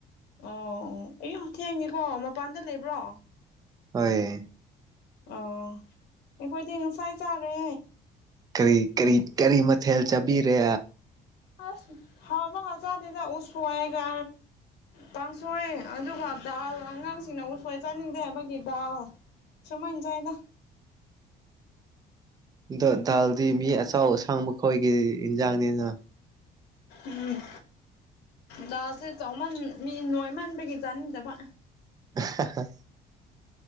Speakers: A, on the left; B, on the right.
A: ꯑꯣ ꯑꯣ ꯊꯦꯡꯉꯦꯀꯣ ꯃꯄꯥꯟꯗ ꯂꯩꯕ꯭ꯔꯣ
B: ꯍꯣꯏ
A: ꯑꯣ ꯑꯩꯈꯣꯏꯗꯤ ꯉꯁꯥꯏ ꯆꯥꯔꯦ
B: ꯀꯔꯤ ꯀꯔꯤ ꯀꯔꯤ ꯃꯊꯦꯜ ꯆꯥꯕꯤꯔꯦ
A: ꯑꯁ ꯍꯥꯎꯕꯒ ꯆꯥꯗꯦꯗ ꯎꯁꯣꯏꯒ ꯀꯥꯡꯡꯁꯣꯏ ꯑꯗꯨꯒ ꯗꯜ ꯑꯉꯥꯡꯁꯤꯡꯅ ꯎꯁꯣꯏ ꯆꯥꯅꯤꯡꯗꯦ ꯍꯥꯏꯕꯒꯤ ꯗꯥꯜ ꯁꯨꯃꯥꯏꯅ ꯆꯥꯏꯌꯦꯗ
B: ꯑꯗꯣ ꯗꯥꯜꯗꯤ ꯃꯤ ꯑꯆꯧꯎ ꯑꯁꯥꯡꯕ ꯈꯣꯏꯒꯤ ꯏꯟꯖꯥꯡꯅꯤꯅ
A: ꯎꯝ ꯗꯜꯁꯦ ꯆꯎꯃꯟ ꯃꯤ ꯅꯣꯏꯃꯟꯕꯒꯤ ꯆꯥꯅꯤꯡꯗꯕ
B: ꯍꯥ ꯍꯥ